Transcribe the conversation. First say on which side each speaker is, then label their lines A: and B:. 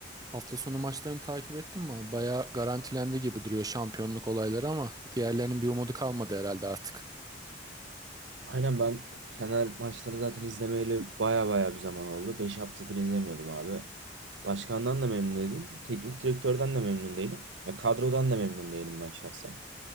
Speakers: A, on the right; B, on the right.
A: Hafta sonu maçlarını takip ettin mi? abi? Bayağı garantilendi gibi duruyor şampiyonluk olayları ama diğerlerinin bir umudu kalmadı herhalde artık.
B: Aynen ben Fener maçlarını zaten izlemeyeli baya baya bir zaman oldu. 5 haftadır izlemiyordum abi. Başkandan da memnun değilim. Teknik direktörden de memnun değilim. Ya kadrodan da memnun değilim ben şahsen.